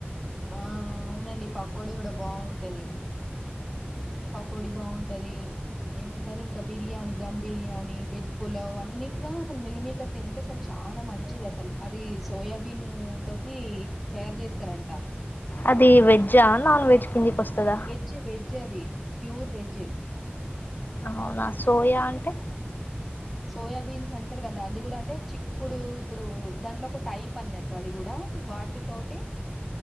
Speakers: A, in the centre; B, on the left.
A: ఆ అవునండి పకోడి కూడా బాగుంటది పకోడి బాగుంటది ఏమంటారు ఇంకా, బిర్యానీ దధమ్ బిర్యానీ వెజ్ పులావ్ అన్నిట్లో, అసలు మిలిమకర్ తింటే అసలు చాలా మంచిది, అసలు అది సోయాబీన్ తోకి తయారు చేస్తారంట.
B: అది వెజ్జా నాన్ వెజ్ కిందికి వస్తాదా
A: వెజ్ వెజ్ అది ప్యూర్ వెజ్
B: అవునా సోయా అంటే
A: సోయాబీన్స్ అంటారు, కదా అది కూడా అంటే చిక్కుడు, ఇప్పుడు దాంట్లో ఒక టైప్ అన్నట్టు అది కూడా వాటితోటి,